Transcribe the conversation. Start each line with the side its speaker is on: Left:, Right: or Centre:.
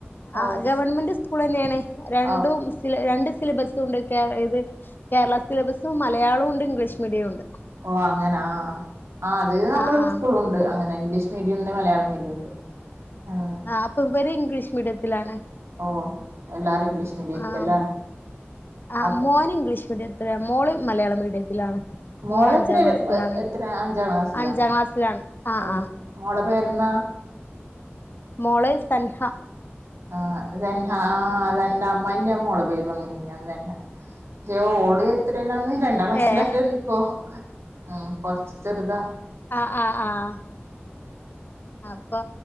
Right: ഓ
Left: ആഹ് ഗവൺമെന്റ് സ്കൂളന്നെയാണ് രണ്ടും
Right: ഓ
Left: സില രണ്ട് സിലബസുണ്ട് കേ ഇത് കേരള സിലബസും മലയാളോണ്ട് ഇംഗ്ലീഷ് മീഡിയോണ്ട്
Right: ഓഹ് അങ്ങനാ ആ അത് നമ്മള്
Left: ആ ആ
Right: സ്കൂളു അങ്ങനെ ഇംഗ്ലീഷ് മീഡിയൊണ്ട് മലയാളം മീഡിയൊണ്ട് ആഹ്
Left: ആ അപ്പൊ ഇവര് ഇംഗ്ലീഷ് മീഡിയത്തിലാണ്
Right: ഓ എല്ലാരും ഇംഗ്ലീഷ് മീഡിയം ആയിരിക്കുവല്ലേ
Left: ആം ആഹ്
Right: അപ്പൊ
Left: മോന് ഇംഗ്ലീഷ് മീഡിയ ഇത്ര മോള് മലയാള മീഡിയത്തിലാണ്.
Right: മോള
Left: മോള് അഞ്ചാം
Right: എത്ര
Left: ക്ലാസ്സിലാണ്
Right: എത്ര അഞ്ചാം ക്ലാസിലാ
Left: അഞ്ചാം ക്ലാസ്സിലാണ് ആ
Right: ഓ
Left: ആ
Right: മോള പേരുന്നാ
Left: മോളെ സന്ഹ
Right: ആഹ് അതന്നെ ആ അതെന്റെ അമ്മാന്റെ മോള പേരും അങ്ങനെ തന്നെ അ ഓള് എത്രലന്ന് രണ്ടാം ക്ലാസ്സില.
Left: ഏഹ്
Right: പ്പോ ആ കൊറച്ച് ചെറുതാ.
Left: ആഹ്, ആഹ്, ആഹ്. അപ്പൊ